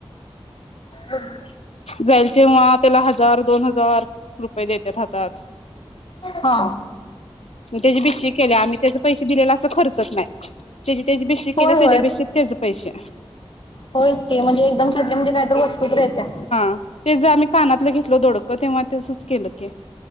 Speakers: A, on the left; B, on the left.
A: <inaudible>
B: जायल तेव्हा त्याला हजार दोन हजार रुपये देतात हातात.
A: हा.
B: त्याची बेशी केल्या आम्ही त्याचे पैसे दिलेला असं खर्च नाही त्याची त्याची बेशशी
A: होय
B: केल्या त्याच्या
A: होय
B: बेशी त्याचं पैसे.
A: होयच कि म्हणजे एकदम <unintelligible> म्हणजे काहीत वस्तूत येत्या.
B: ते ज आम्ही कानातलं घेतलो दोडक तेव्हा तसच केलं कि.